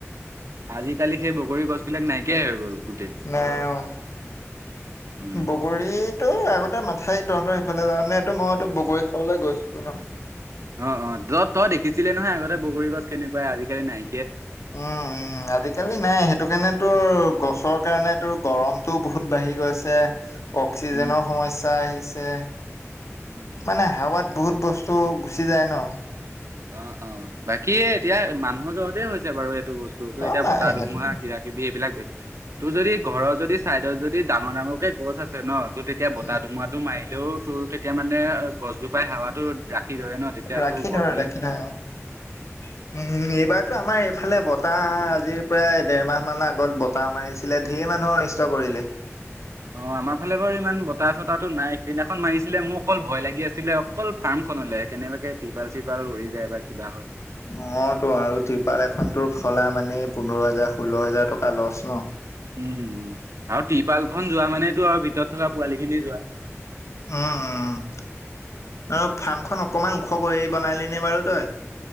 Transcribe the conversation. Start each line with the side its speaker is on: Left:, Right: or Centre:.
Right: আজিকালি সেই বগৰী গছ বিলাক নাইকিয়াই হয় গল গোটেই
Left: নাই অ',
Right: উম,
Left: বগৰীতো
Right: উম।
Left: আগতে মান ঠেই তহঁতৰ সিফালে যাওঁ নে এইটো মইতো বগৰী খাবলৈ গৈছিলো ন
Right: অ অ তত তই দেখিছিলে নহয় আগতে বগৰী গছ কেনেকুৱাই আজিকালি নাই
Left: উম উম আজিকালি নাই সেইটো কাৰণেতো গছৰ কাৰণে তো গৰমতটো বহুত বাঢ়ি গৈছে অক্সিজেনৰ
Right: উম, উম।
Left: সমস্যা আহিছে
Right: উম, উম।
Left: মানে হাৱাত বহুত বস্তু গুচি যায় ন
Right: অ', অ', বাকী এতিয়া মানুহৰ জহতে হৈছে বাৰু বস্তুো
Left: অ',
Right: এতিয়া
Left: নাই
Right: বতাহ ধুমুহা
Left: সেইটো
Right: কিবা- কিবি এইবিলাক বেছি তোৰ যদি ঘৰৰ যদি চাইডত যদি ডাঙৰ ডাঙৰ কে গছ আছে ন তোৰ তেতিয়া বতাহ
Left: উম,
Right: ধুমুহাটো মায় লেও তোৰ তেতিয়া মানে গছজোপাই হোৱাতো ৰাখি ধৰে ন তেতিয়া
Left: ৰাখি
Right: তোৰ ঘৰত
Left: <unintelligible> উম এইবাৰতো আমাৰ এইফালে বতাহ আজিৰ প্ৰায় দেৰমাহ মানৰ আগত বতাহ মাৰিছিলে ঢেৰ মানুহৰ অনিষ্ট কৰিলে
Right: অ আমাৰ ফালে বাৰু ইমান বতাহ চতাহটো নাই সিদিনাখন মাৰিছিলে মোৰ অকল ভয় লাগি আছ আছিলে অকল ফাৰ্ম খনলে কেনেবাকে টিপাল চিপাল উৰি যায় বা কিবা হয়
Left: অ', তো আৰু ত্ৰিপাল এখন তোৰ ফলা মানে পোন্ধৰ হাজাৰ ষোল্ল হোজাৰ টকা লচ ন
Right: উম, আৰু ট্ৰিৰপাল খন যোৱা মানেতো আৰু ভিতৰত থকা পোৱালি খিনি যোৱা
Left: উম, উম, অ',। ফাৰ্মখন অকনমান ওখ কৰি বনালি নে বাৰু তই